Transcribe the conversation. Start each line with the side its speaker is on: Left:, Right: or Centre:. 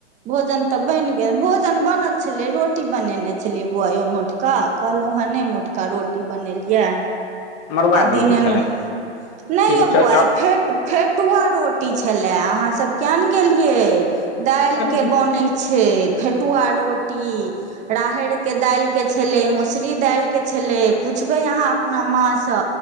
Right: भोजन तऽ बनि गेल भोजन बनल छलै रोटी बनेने छलियै बौआयौ मोटका कहलौ हे नहि मोटका रोटी बनेलियै
Left: मड़ुआ
Right: आ दिनेमे
Left: रोटी छलै
Right: नहि
Left: ठीक
Right: यौ
Left: छै
Right: बौआइ
Left: चावल
Right: फेट फेटुआ रोटी छले अहाँ सब किया ने गेलियै दालि
Left: मड़ुआ रोटी
Right: के बनै छै फेटुआ रोटी राहड़ के दालि के छलै मसुरी दालिके छलै पुछबै अहाँ अपना माँसँ